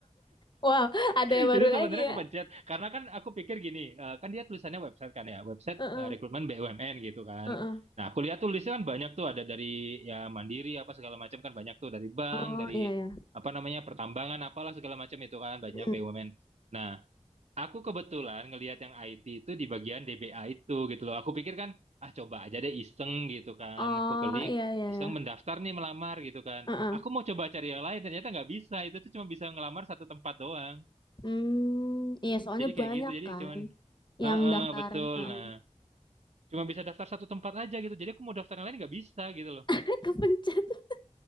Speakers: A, on the left (about 40°); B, on the right (about 65°).
A: Wow, <laughs> ada
B: <laughs>
A: yang baru
B: Itu
A: lagi
B: sebenarnya
A: ya.
B: kepencet. Karena kan aku pikir gini, eh, kan dia tulisannya website kan ya, website
A: Heeh.
B: eh, rekrutmen BUMN gitu kan.
A: Heeh.
B: Nah, aku lihat tulisnya kan banyak tuh ada dari ya Mandiri apa segala macam kan banyak tuh dari bank,
A: Oh
B: dari
A: iya ya.
B: apa namanya pertambangan apalah segala macam itu kan banyak
A: Mm.
B: BUMN. Nah, Aku kebetulan ngelihat yang IT itu di bagian DBA itu gitu loh. Aku pikir kan, ah coba aja deh iseng gitu kan.
A: Oh
B: Aku klik,
A: iya iya
B: iseng
A: ya.
B: mendaftar nih melamar gitu kan.
A: Heeh.
B: Aku mau coba cari yang lain, ternyata nggak bisa. Itu tuh cuma bisa ngelamar satu tempat doang.
A: Hmm, iya soalnya
B: Jadi kayak
A: banyak
B: gitu, jadi
A: kan
B: cuman,
A: yang
B: heeh
A: daftar.
B: betul.
A: Heeh.
B: Nah, cuma bisa daftar satu tempat aja gitu. Jadi aku mau daftar yang lain nggak bisa gitu loh.
A: <laughs> Kepencet. <laughs>